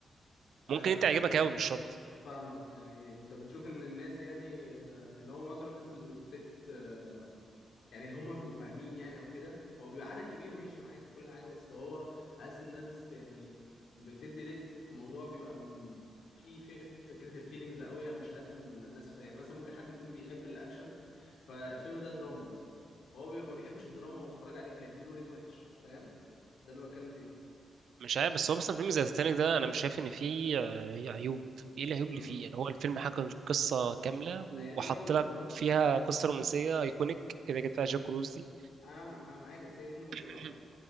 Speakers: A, on the left; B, on the right.
A: امم
B: ممكن انت يعجبك قوي مش شرط
A: فاهمك يعني انت بتشوف ان الناس يعني آه، ان هو معظم الناس اللي بتريد آه، يعني هم بيبقوا فاهمين يعني او كده هو بيبقى عدد كبير ماشي معاك كل حاجه بس هو حاسس الناس يعني بتدي ريت الموضوع بيبقى م- في في فكره الفيلينجز قوي مش قد ما الناس فا- يعني مثلا ممكن حد يكون بيحب الاكشن فالفيلم ده دراما مثلا هو بيبقى ما بيحبش الدراما وهو اتفرج عليه فهيديله ريت وحش فاهم ده اللي بتكلم فيه
B: مش عارف بس هو مثلا فيلم زي تitanic ده انا مش شايف ان فيه آه، عيوب ايه العيوب
A: امم
B: اللي فيه يعني هو الفيلم حكى القصه كامله
A: ما
B: وحط
A: هي دي بقى النقطه
B: لك فيها قصه رومانسيه ايكونيك كده كده فيها جاك كروز دي
A: انا انا معاك بس هي دي النقطه
B: <clears throat>
A: بقى